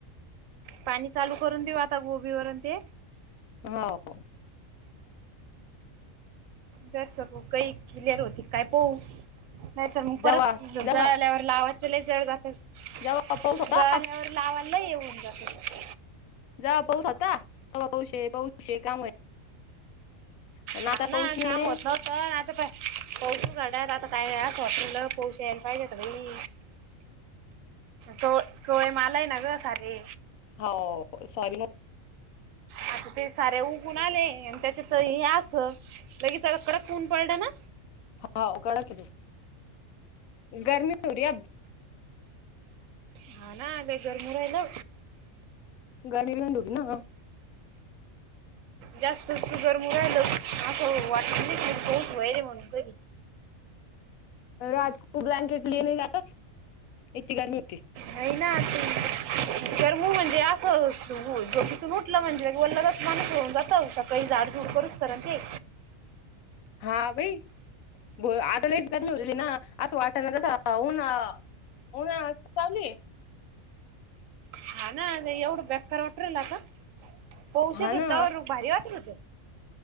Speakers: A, on the right; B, on the left.
A: पाणी चालू करून देऊ आता गोबीवरून ते
B: हो
A: दर सकू काही क्लिअर होती काय पहू नाहीतर मग
B: जवा
A: परत जळाल्यावर
B: जवा
A: जळाल्यावर
B: जवा पाऊस होता
A: लावायला येऊन जातं
B: जा पाऊस आता पाऊश पाऊसे काम आणि
A: हा
B: आता
A: ना
B: पाऊस नाहीये
A: काम होत नव्हत आता पटू कडयत आता काय नाही खॉट होो शेल पाय घतई च चवळे मालाय ना ग सारे
B: हो सॉरी न
A: आता ते सारे उघून आले आणि त्याच्याच हे अस लगीच कडक ऊन पडलं ना.
B: हा कडक गर्मी हो र अ
A: हा नाले गरम राहिला.
B: गाडी दुरी ना
A: जास्त सुुगर मुगायला असं वाट पास व्हारे म्हणून तरी
B: राजू ब्लँकेट लिणे जात येते का मती
A: है ना तू तर म म्हणजे असं जो किून उटलं म्हणजे वललाच माणूस होऊन जाता कैला अडज द कररस्तारंत ते
B: हा बाई ब आता लच ग नवलेली ना असं वाटा ना तस होन हो ना चालू आहे.
A: हा ना एवढा बेकार वाटू राहिला आता पोषत
B: हा
A: होतग
B: ना
A: भारी वाटत होत.